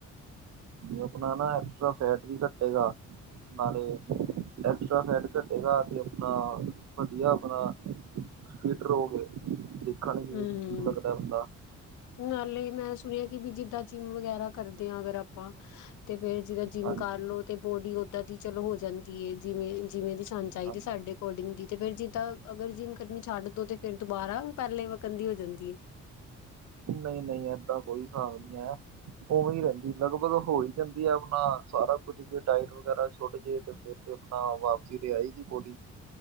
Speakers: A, on the right; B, on the left.
A: ਆਪਣਾ ਨਾ ਐਕਸਟਰਾ ਫੈਟ ਵੀ ਘਟੇਗਾ ਨਾਲੇ ਐਕਸਟਰਾ ਫੈਡ ਘਟੇਗਾ ਤੇ ਆਪਣਾ ਵਧੀਆ ਆਪਣਾ ਫਿਟ ਰਹੋਗੇ ਦੇਖਣ ਨੁੰ ਵੀ
B: ਹੂੰ,
A: ਠੀਕ ਲੱਗਦਾ ਬੰਦਾ
B: ਨਾਲੇ ਮੈਂ ਸੁਣਿਆ ਕਿ ਵੀ ਜਿੱਦਾਂ ਜਿੰਮ ਵਗੈਰਾ ਕਰਦੇ ਆਾਂ ਅਗਰ ਆਪਾਂ ਤੇ ਫੇਰ ਜਿੱਦਾਂ ਜਿੰਮ
A: ਹਾਂਜੀ
B: ਕਰਲੋ ਤੇ ਬੋਡੀ ਓਦਾਂ ਦੀ ਚਲੋ ਹੋ ਜਾਂਦੀ ਹੈ ਜਿਵੇਂ ਜਿਵੇਂ ਦੀ ਸਾਨੂ ਚਾਹੀਦੀ
A: ਹਾਂਜੀ
B: ਸਾਡੇ ਅਕੋਰਡਿੰਗ ਹੀ ਤੇ ਫੇਰ ਜੀ ਤਾਂ ਅਗਰ ਜਿਮ ਕਰਨਮੀ ਛੱਡ ਦੋ ਤੇ ਫਿਰ ਦੁਬਾਰਾ ਪਹਿਲੇ ਕੰਦੀ ਹੋ ਜਾਂਦੀ ਐ।
A: ਨਹੀਂ-ਨਹੀਂ ਏਦਾ ਕੋਈ ਹਿਸਾਬ ਨਹੀਂ ਹੈ। ਉਵੇਂ ਹੀ ਰਹਿੰਦੀ ਲਗਭਗ ਹੋ ਹੀ ਜਾਂਦੀ ਆ ਆਪਣਾ ਸਾਰਾ ਕੁੱਝ ਜੇ ਡਾਇਟ ਵਗੈਰਾ ਛੁੱਟ ਜੇ ਤੇ ਫਿਰ। ਆਪਣਾ ਵਾਪਸੀ ਤੇ ਆਏਗੀ ਬੌਡੀ